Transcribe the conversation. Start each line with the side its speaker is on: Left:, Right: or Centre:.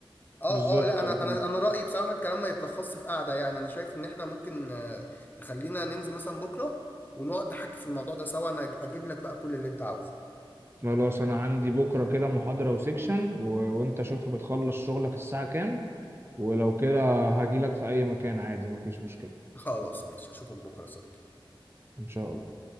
Left: اه
Right: بالظبط
Left: اه لا انا
Right: آه.
Left: انا انا رأيي بصراحة الكلام ما يتلخصش في قعدة يعني انا شايف ان احنا ممكن آه، نخلينا ننزل مثلا بكرة ونقعد نحكي في الموضوع ده سوا انا اجيب لك بقى كل اللي انت عاوزه
Right: خلاص انا عندي بكره كده محاضره وسيكشن و... وانت شوف بتخلص شغلك الساعه كام ولو كده هجيلك في اي مكان عادي مفيش مشكلة
Left: خلاص ماشي اشوفك بكرة يا صديقي
Right: ان شاء الله